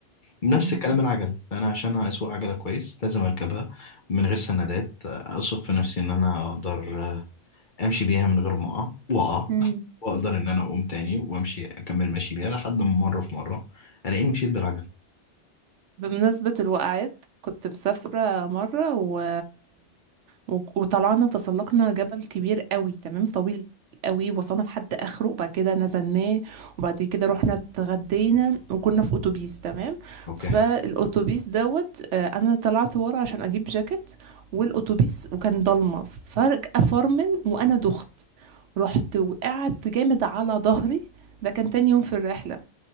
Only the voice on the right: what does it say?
<laughs>
مم.
بمناسبة الوقعات كنت مسافرة مرة و... و... وطلعنا تسلقنا جبل كبير قوي تمام طويل قوي وصلنا لحد اخره وبعد كده نزلناه وبعد كده رحنا اتغدينا وكنا في اتوبيس تمام
فالاتوبيس دوت آه، انا طلعت ورا عشان اجيب جاكيت والاتوبيس وكان ضلمه فجأة فرمل وانا دخت رحت وقعت جامد على ظهري ده كان تاني يوم في الرحلة